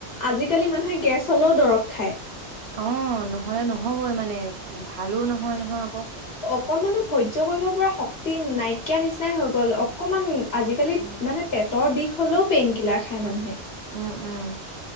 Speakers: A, on the left (about 65°); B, on the right (about 70°).
A: আজিকালি মানুহে গেছ হ'লেও দৰৱ খায়।
B: অ নহলে নহবই মানে ভালো নহয় হা ক
A: অকণমানহ সহ্য কৰিব পৰা শক্তি নাইকিয়া নিচিনাই হৈ গ'ল অকণমান আজিকালি
B: উম
A: মানে পেটৰ বিষ হলেও পেইন কিলাৰ খায় মানুহে
B: উম উম